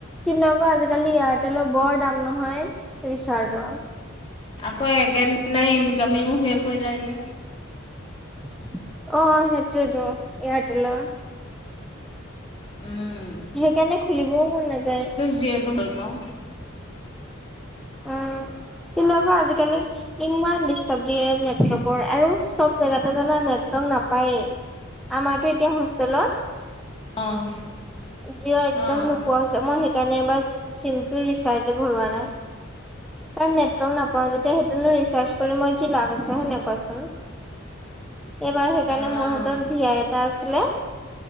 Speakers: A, in the centre; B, on the left.
A: কিনক আজিকালি এয়াৰটেলৰ বৰ দাম নহয় ৰিচাৰ্জৰ।
B: আকৌ একেদিনাই ইনকামিঙো শেষ হৈ যায় যে।
A: অ সেইটোৱে টো এয়াৰটেলৰ।
B: উম।
A: সেইকাৰণে খুলিবও মন নাযায়।
B: জিয়েটো ভাল পাওঁ।
A: অ কিন্তু ক আজিকালি ইমান ডিষ্টাব দিয়ে নেৰ্টক। আৰু চব জেগাতে জানা নেটৱৰ্ক নাপায়। আমাৰতো এতিয়া হোষ্টেলত
B: অ',
A: জিঅ একদম
B: অ',
A: নোপোৱা হৈছে। মই সেইকাৰণে এবাৰ জি চিমটো ৰিচাৰ্জ ভৰোৱা নাই। তাৰ নেটৱৰ্ক নাপাওঁ যেতিয়া সেইটোনো ৰিচাৰ্জ কৰি মই কি লাভ আছে হয় নাই কোৱাচোন। এইবাৰ সেইকাৰণে
B: অ',
A: মোৰ হাতৰ ভিয়াই এটা আছিলে।